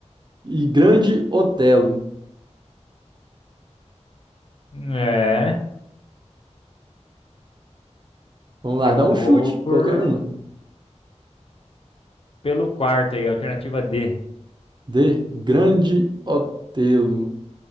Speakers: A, on the right; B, on the left.
A: e Grande Otelo.
B: É,
A: Vamos lá,
B: eu
A: dá um
B: vou
A: chute,
B: por
A: qualquer um.
B: pelo quarto aí, alternativa D.
A: D. Grande Otelo.